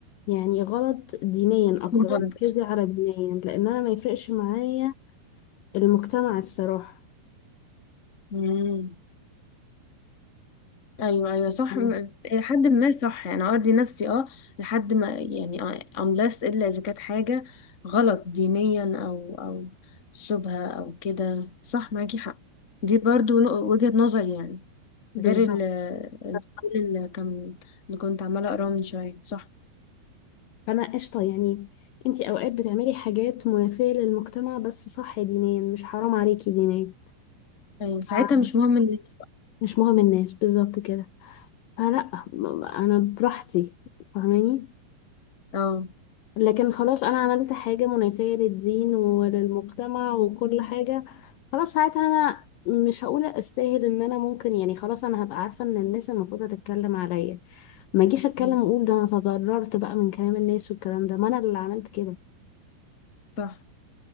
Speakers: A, on the left; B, on the left.
A: يعني غلط دينيا اكتر
B: أكون غلط
A: ركزي على دينيا لان انا ما يفرقش معايا المجتمع الصراحه
B: مم. ايوه ايوه صح
A: آه،
B: م- الى حد ما صح يعني ارضي نفسي اه لحد ما يعني آه، unless الا اذا كانت حاجه غلط دينيا او او شبهه او كده صح معاكي حق دي برضو نق- وجهه نظر يعني
A: بالظبط
B: غير ال ال- كل اللي كان اللي كنت عماله اقراه من شويه صح
A: فانا قشطه يعني انتي اوقات بتعملي حاجات منافيه للمجتمع بس صح دينيا مش حرام عليكي دينيا
B: ايوه ساعتها
A: آه،
B: مش مهم الناس بقى
A: مش مهم الناس بالظبط كده فلا م- انا براحتي فاهماني
B: اه
A: لكن خلاص انا عملت حاجة منافية للدين وللمجتمع وكل حاجة خلاص ساعتها انا مش هقول استاهل ان انا ممكن يعني خلاص انا هبقى عارفة ان الناس المفروض تتكلم عليا ما اجيش اتكلم
B: م،
A: واقول ده انا تضررت بقى من كلام الناس والكلام ده ما انا اللي عملت كده
B: صح